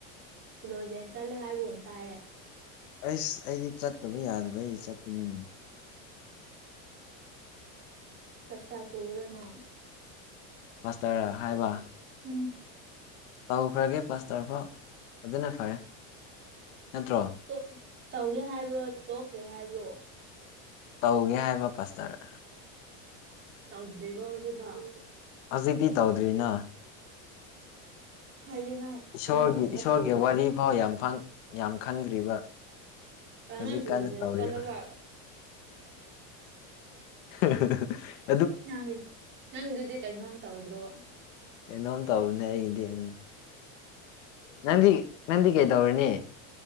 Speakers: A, on the right (about 30°); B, on the left (about 65°).
A: ꯁꯤꯜꯂꯣꯖꯦꯟ ꯆꯠꯂꯦ ꯍꯥꯏꯕꯒꯨꯝ ꯇꯥꯏꯌꯦ
B: ꯑꯩꯁ ꯑꯩꯗꯤ ꯆꯠꯇꯕ ꯌꯥꯗꯕꯩ ꯆꯠꯄꯅꯤꯅꯦ
A: ꯄ꯭ꯂꯁꯇꯥꯔ ꯄꯨꯒꯦꯔꯣ ꯅꯪ
B: ꯄꯥꯁꯇꯔꯔ ꯍꯥꯏꯕ
A: ꯎꯝ
B: ꯇꯧꯈ꯭ꯔꯒꯦ ꯄꯥꯁꯇꯔꯐꯥꯎ ꯑꯗꯨꯅ ꯐꯔꯦ ꯅꯠꯇ꯭ꯔꯣ
A: ꯇꯣꯛ ꯇꯧꯒꯦ ꯍꯥꯏꯕ꯭ꯔꯣ ꯇꯣꯛꯈ꯭ꯔꯦ ꯍꯥꯏꯕ꯭ꯔꯣ
B: ꯇꯧꯒꯦ ꯍꯥꯏꯕ ꯄꯥꯁꯇꯔ
A: ꯇꯧꯗ꯭ꯔꯤꯕꫭ ꯍꯨꯖꯤꯛꯐꯥꯎ
B: ꯍꯧꯖꯤꯛꯇꯤ ꯇꯧꯗ꯭ꯔꯤꯅ
A: ꯍꯥꯏꯗꯤ ꯅꯪ
B: ꯏꯁꯣꯔꯒꯤ
A: ꯅꯣꯏ ꯈꯨꯟꯗ
B: ꯏꯁꯣꯔꯒꯤ
A: ꯄꯨ
B: ꯋꯥꯔꯤ ꯐꯥꯎ ꯌꯥꯝ ꯐꯪ ꯌꯥꯝ ꯈꯪꯗ꯭ꯔꯤꯕ
A: ꯅꯪ
B: ꯍꯧꯖꯤꯛ
A: ꯁꯤꯂꯣꯏꯖꯦꯟ
B: ꯀꯥꯟꯅ ꯇꯧꯔꯤꯕ
A: ꯆꯠꯂꯒ
B: ꯍ ꯍ ꯍ
A: ꯅꯪꯒꯤ ꯅꯪꯒꯤꯗꯨꯗꯤ ꯀꯩꯅꯣꯝ ꯇꯧꯗ꯭ꯔꯣ
B: ꯀꯩꯅꯣꯝ ꯇꯧꯕꯅꯦ ꯑꯩꯒꯤꯗꯤ ꯎꯝ ꯅꯪꯗꯤ ꯅꯪꯗꯤ ꯀꯩꯗꯧꯔꯅꯤ